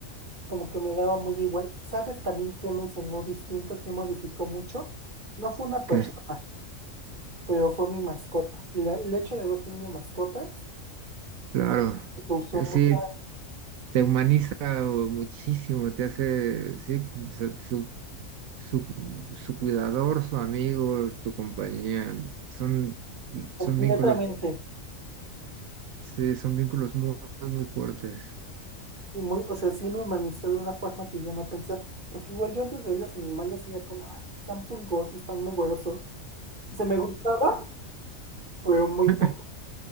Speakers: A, on the right; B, on the right.
A: como que me daba muy igual. ¿Sabes también qué me enseñó distinto, qué modificó mucho? No fue una persona,
B: que,
A: pero fue mi mascota. La- el hecho de haber tenido mascotas
B: claro,
A: me causó
B: eh,
A: mucha,
B: sí, te humaniza o muchísimo, te hace, sí, o sea, su- su, su cuidador, su amigo, tu compañía. Son,
A: completamente.
B: son vínculos, sí, son vínculos muy, muy fuertes.
A: Y muy, o sea, sí me humaniza de una forma que yo no pensaba, porque igual yo antes veía los animales y ya como, ay, están pulgosos, están mugrosos. O sea, me gustaba, pero muy
B: <laughs>
A: poco.